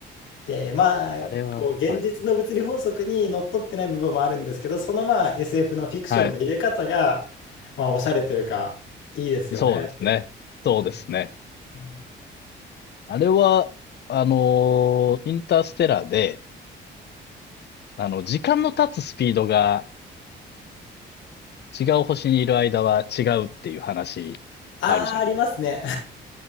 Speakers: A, on the left; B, on the left.
A: で、まあ、
B: あれは、
A: こう、現実の物理法則にのっとってない部分もあるんですけど、
B: はい。
A: そのまあ SF のフィクションの入れ方が、
B: はい。
A: まあ、おしゃれというか、いいですよねっていう。
B: そうですね。そうですね。
A: 本当に。はい、
B: あれは、あのーインターステラーで、あの、時間の経つスピードが違う星にいる間は違うっていう話あるじゃない。
A: ああ、ありますね。